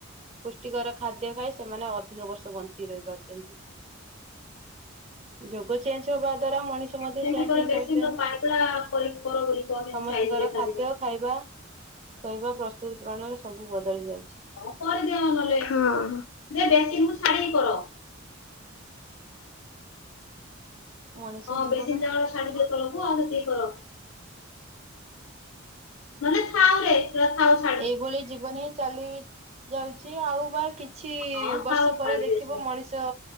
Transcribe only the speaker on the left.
ସେମିତି
କର
ବେସିନ
<unintelligible>
ସାଇଜ ଦେଖାଯିବ।
ହଁ।
ହଁ
ବେଶୀ ଦିନ <unintelligible> ଛାଡିଦିଏ କରବୁ ଆଉ ସେତିକି କର। ନହେଲେ ଥାଉରେ। ପୁରା ଥାଉ, ସା
ହଁ
ଥାଉ
ଛାଡି
ଦିଅ ସେଟା।